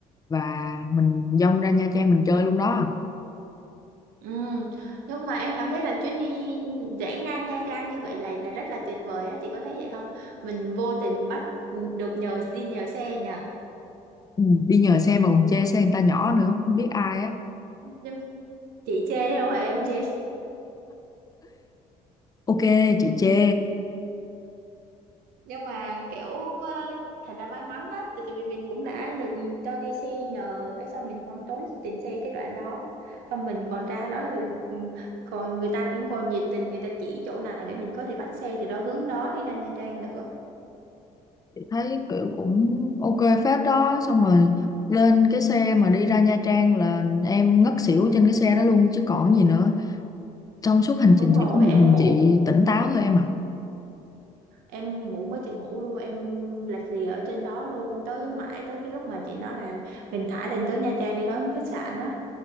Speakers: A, on the left (about 25°); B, on the right (about 85°).
A: và mình dông ra Nha Trang mình chơi luôn đó
B: Ừ. Nhưng mà em cảm thấy là chuyến đi rẽ ngang Nha Trang như vậy là là rất là tuyệt vời á chị có thấy vậy không mình vô tình bắt được nhờ đi nhờ xe nhờ
A: ừ, đi nhờ xe mà còn chê xe người ta nhỏ nữa không biết ai á
B: nhưng chị chê đâu phải em chê
A: ok chị chê
B: nhưng mà kiểu ờ, thật ra may mắn á tại tại vì mình cũng đã được cho đi xe nhờ cái xong mình không tốn tiền xe cái đoạn đó xong mình còn ra đó rồi ừ, còn người ta cũng còn nhiệt tình người ta chỉ chỗ nào để mình có thể bắt xe từ đó hướng đó đi ra Nha Trang nữa
A: thấy kiểu cũng ok phết đó xong rồi lên cái xe mà đi ra Nha Trang là em ngất xỉu trên cái xe đó luôn chứ còn gì nữa trong suốt hành trình
B: đúng rồi
A: chỉ có một
B: em
A: mình
B: ngủ
A: chị tỉnh táo thôi em ạ
B: em ngủ quá trời ngủ luôn em lạch lì ở trên đó luôn tới mãi tới cái lúc mà chị nói là mình thả Thành tới Nha Trang để đón khách sạn á